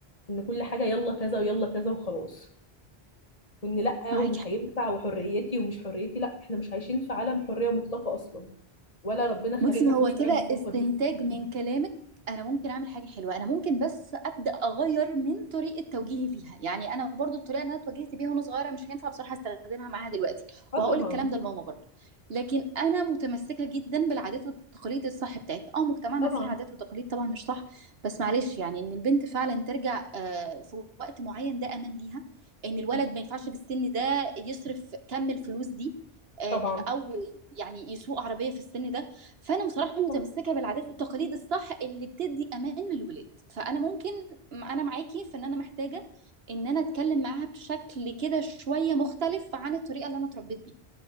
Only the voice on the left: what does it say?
ان كل حاجه يلا كذا ويلا كذا وخلاص وان لا
ومش
هينفع وحريتي ومش حريتي لا احنا مش عايشين في عالم حريه مطلقه اصلا ولا ربنا
خلقنا
في الحريه
المطلقه
دي
اه
طبعا
طبعا
بالظبط.
طبعا
آه.